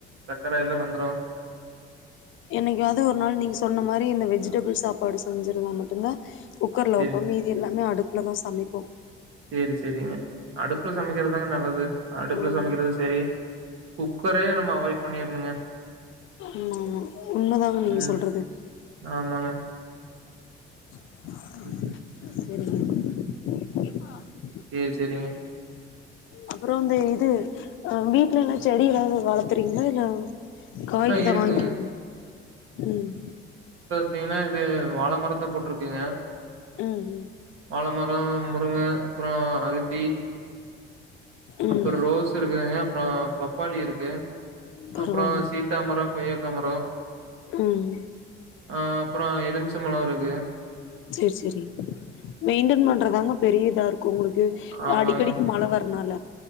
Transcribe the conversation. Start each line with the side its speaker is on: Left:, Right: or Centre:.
Right: சக்கர எல்லா வந்ரும்
Left: என்னைக்காது ஒரு நாள் நீங்க சொன்ன மாரி இந்த வெஜிடபிள் சா பாடு செஞ்சிருந்தா மட்டுதா குக்கர்ல
Right: சரிங்க,
Left: வப்போம் மீதி எல்லாமே அடுப் இவ்ளதான் சமைப்போம்
Right: சரி, சரிங்க. அடுப்புல சமைக்கிறது தாங்க நல்லது. அடுப்புல
Left: ம்
Right: சமைக்கிறது சரி குக்கரே நம்ம அவாய்ட் பண்ணிருணுங்க
Left: ஆமா ஆமா உண்மதாங்க நீங்க
Right: ம்
Left: சொல்றது
Right: ஆமாங்க
Left: <inaudible>
Right: ம்.
Left: <unintelligible>
Right: ம் சேரிங்க
Left: அப்புறம் அந்த இது அஹ் வீட்டுலல்லாம் செடி எதாவது வளர்த்துறீங்களா இல்ல காய்க்குதான்
Right: ஆ இருக்குங்க.
Left: வாங்கி ம்
Right: தீங்கன்னா இது வாழ மரத்த போட்ருக்குங்க
Left: ம்
Right: வாழமரம் ங்க அப்றோ அகத்தி
Left: ம்
Right: அப்பறம்
Left: ம்
Right: ரோஸ் இருக்குங்க அப்புறம் பப்பாளி இருக்கு
Left: பரவால்ல
Right: அப்புறம் சீத்தாமரம் கொய்யக்காமரம்
Left: ம்
Right: ஆ அப்புறம் எலும்ச் மலாருக்கு
Left: சேர் சேரிங் மெயின்டென் பண்றதாங்க பெரிய இதாருக் கு உங்களுக்கு
Right: ஆமாங்க.
Left: அடிக்கடிக்கு மழ வரனால